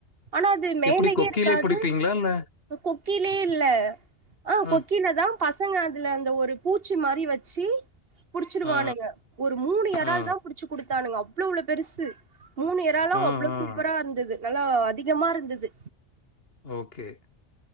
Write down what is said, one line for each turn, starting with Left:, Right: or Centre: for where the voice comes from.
Right: ஆனா அது மேலயே
Left: எப்படி கொக்கியிலே
Right: இருக்காது.
Left: பிடிப்பீங்களா? இல்ல?
Right: கொக்கிலே இல்ல ஆ
Left: அ,
Right: கொக்கிலதா பசங்க அதுல அந்த ஒரு பூச்சி மாரி வச்சு புடுச்சுருவானுங்க
Left: ஆ,
Right: ஒரு மூணு எறால்
Left: ஆ,
Right: தா புடுச் ச்சு குடுத்தானுங்க அவ்ளோவ்ளோ பெருசு மூணு இறாலு
Left: ஆ,
Right: அவ்ளோ
Left: ஆ.
Right: சூ ப்பரா இருந்தது நல்லா அதிகமா இருந்தது.
Left: ஓக்கே